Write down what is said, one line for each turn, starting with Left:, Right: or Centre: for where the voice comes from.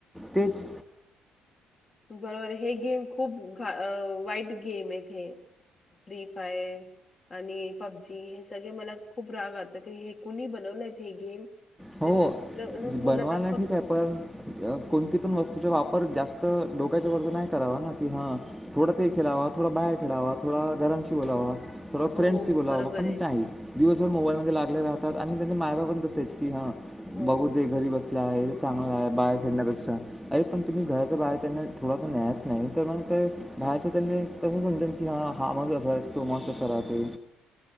Centre: तेच
Left: बरोबर हे गेम खूप घा वाईट गेम आहेत हे फ्री फायर आणि पबजी हे सगळे मला खूप राग अल्त हे कुणी बनवलंत हे गेम
Centre: हो
Left: त्याला ना मुलांना
Centre: बनवायला
Left: फक्त
Centre: ठीक आहे पण कोणती पण वस्तूचा वापर पर जास्त डोक्याच्या वरज नाही करावा ना की हां थोडं ते खेळावा थोडं बाहेर खेळावा थोडा घरांशी बोलावा थोड
Left: हो
Centre: फ्रेंडसि बोलावं
Left: बरोबर
Centre: पण
Left: आहे.
Centre: नाही दिवसभर मोबाईल मध्ये लाग आपले राहतात आणि त्यांचे मागा पण तसेच की हां
Left: हो,
Centre: बघू दे घरी बसते गल चांगला आहे बाहेर खेळण्यापेक्षा अरे पण तुम्ही घराच्या बाहेर त्यांना थोडासा न्यायच नाही तर मग बाहेरच्या त्यांनी कस समजेल की ह हा माणस असा राह तो माणस अस राहते